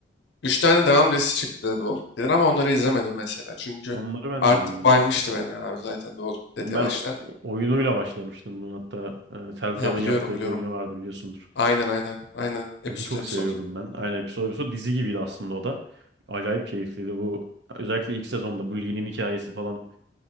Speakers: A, on the left; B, on the right.
A: üç tane devam dizisi çıktı The Walking Dead'in ama onları izlemedim mesela. Çünkü
B: Onları ben
A: artık
B: de izledim.
A: baymıştı beni abi zaten The Walking
B: Bu
A: Dead yavaştan.
B: ben oyunuyla başlamıştım bunun hatta e, Telltale'ın
A: Ha biliyorum
B: yaptığı
A: biliyorum.
B: bir oyunu vardı biliyorsundur.
A: Aynen aynen aynen episode
B: Onu çok
A: episode.
B: seviyordum ben. Aynen episode episode dizi gibiydi aslında o da. Acayip keyifliydi bu. Özellikle ilk sezonda bu Lee'nin hikayesi falan